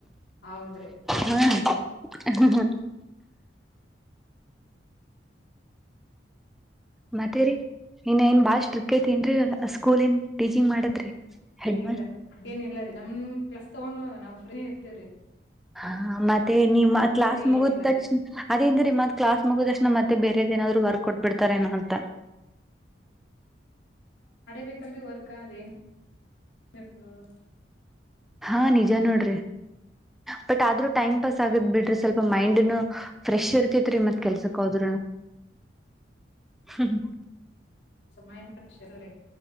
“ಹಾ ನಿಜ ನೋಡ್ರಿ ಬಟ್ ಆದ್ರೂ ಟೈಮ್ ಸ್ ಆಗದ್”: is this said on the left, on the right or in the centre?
Centre